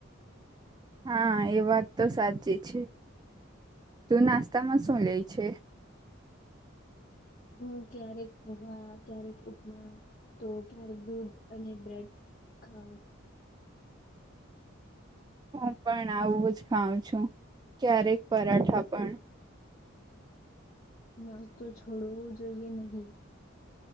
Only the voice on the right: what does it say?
હા એ વાત તો સાચી છે, તું નાસ્તામાં શું લે છે?
હું પણ આવું જ ખાઉં છું, ક્યારેક પરાઠા પણ.